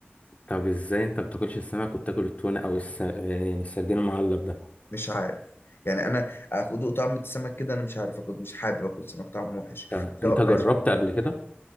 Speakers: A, on the left (about 35°); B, on the left (about 65°).
A: طب ازاي انت بتاكلش السمك وبتاكل التونة او الس... آه، يعني السردين المعلب ده
B: مش عارف يعني انا اكل طعم السمك كده انا مش عارف اكل مش حابب اكل سمك طعم وحش
A: طب
B: سواء
A: انت جربت
B: مشوي
A: قبل كده